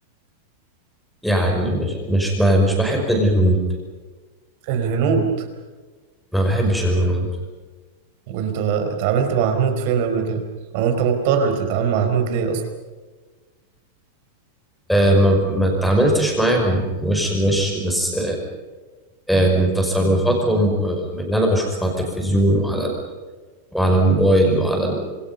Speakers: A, in the centre; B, on the right.
A: يعني مش مش ب- مش بحب الهنود
B: الهنود
A: ما بحبش الهنود
B: وانت اتعاملت مع هنود فين قبل كده او انت مضطر تتعامل مع هنود ليه اصلا
A: آه ما ما اتعاملتش معاهم وش لوش بس آه من تصرفاتهم ومن اللي انا بشوفه على التلفزيون وعلى ال- وعلى الموبايل وعلى ال-